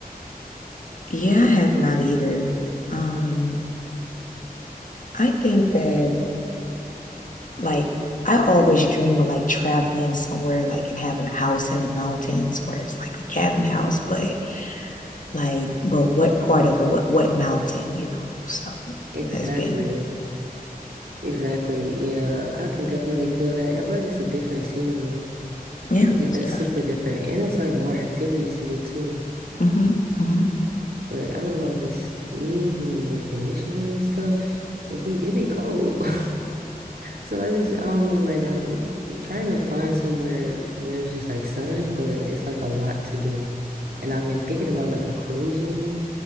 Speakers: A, on the left (about 55°); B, on the right (about 80°).
A: Yeah, I have not either. Um, I think that like I always dream of like traveling somewhere like and having a house in the mountains where it's like a cabin house, but like but what part of it, what what mountain, you know? So
B: Exactly.
A: has been
B: Exactly. Yeah, I can definitely feel that. I feel like it's a different scenery.
A: Yeah,
B: Like
A: most
B: it- that's
A: definitely.
B: super different. And it's like more activities to do too.
A: hmm hmm
B: But I don't know, just me being like in Michigan and stuff, it be it be cold. <laughs> So I just I don't know, like I'm I'm trying to find somewhere where it's just like sun, but it's like a lot to do. And I've been thinking about like a cruise maybe.